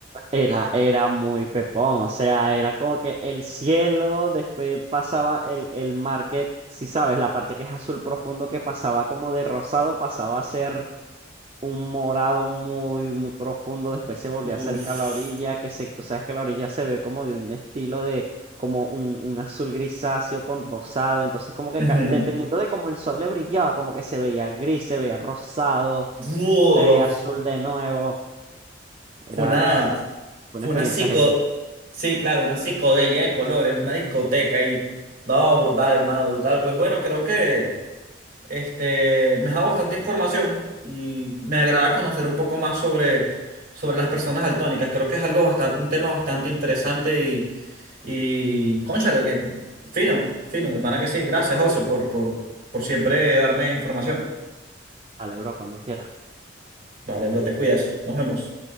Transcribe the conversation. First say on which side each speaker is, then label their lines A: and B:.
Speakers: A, on the right; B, on the right.
A: Era, era muy pepón, o sea, era como que el cielo, después pasaba el, el mar que, si sabes, la parte que es azul profundo que pasaba como de rosado, pasaba a ser un morado muy, muy profundo, después se volvió
B: Uf.
A: acerca a la orilla, que se, tú sabes que la orilla se ve como de un estilo de, como un, un azul grisáceo con rosado, entonces como que
B: Ujú.
A: ca- dependiendo de cómo el sol le brillaba, como que se veía gris, se veía rosado,
B: Uf,
A: se veía azul de nuevo, era
B: fue una.
A: <laughs> una
B: Fue
A: experiencia
B: una psico...
A: genial.
B: Sí, claro, una psicodelia de colores, una discoteca y... No, brutal, hermano, brutal. Pues bueno, creo que este, me ha dado bastante información y me agrada conocer un poco más sobre, sobre las personas daltónicas. Creo que es algo bastante, un tema bastante interesante y, y cónchale, que fino, fino, de pana que sí. Gracias, José, por, por, por siempre darme información.
A: Dale, bro, cuando quiera.
B: Vale, bro, te cuidas. Nos vemos.